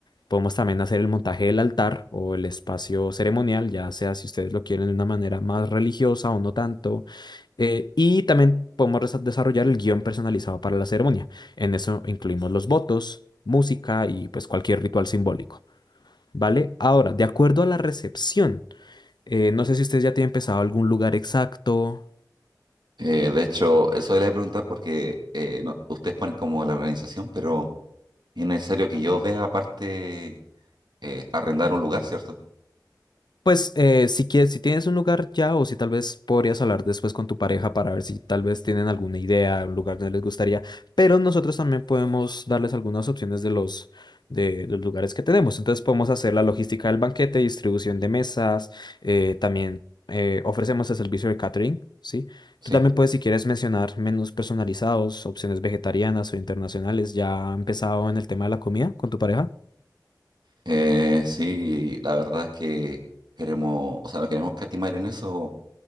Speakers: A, on the left (about 80°); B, on the right (about 85°).
A: Podemos también hacer el montaje del altar o el espacio ceremonial, ya sea si ustedes lo quieren de una manera más religiosa o no tanto. Eh, y también podemos resa- desarrollar el guión personalizado para la ceremonia. En eso incluimos los votos, música y pues cualquier ritual simbólico, ¿vale? Ahora, de acuerdo a la recepción, eh, no sé si ustedes ya tienen pensado algún lugar exacto.
B: Eh, de hecho, eso le voy a preguntar porque eh, no- ustedes ponen como la organización, pero es necesario que yo vea aparte eh, arrendar un lugar, ¿cierto?
A: Pues eh, si quieres, si tienes un lugar ya o si tal vez podrías hablar después con tu pareja para ver si tal vez tienen alguna idea, un lugar donde les gustaría, pero nosotros también podemos darles algunas opciones de los, de, los lugares que tenemos. Entonces podemos hacer la logística del banquete, distribución de mesas, eh, también eh, ofrecemos el servicio de catering, ¿sí?
B: Sí.
A: Tú también puedes, si quieres, mencionar menús personalizados, opciones vegetarianas o internacionales. ¿Ya ha empezado en el tema de la comida con tu pareja?
B: Eh, sí, la verdad es que queremos, o sea, no queremos catimar en eso